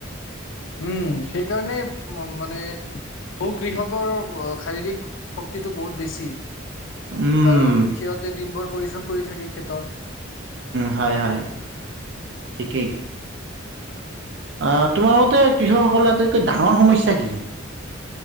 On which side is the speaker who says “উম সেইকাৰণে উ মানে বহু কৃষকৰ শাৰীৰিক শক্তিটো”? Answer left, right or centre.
Left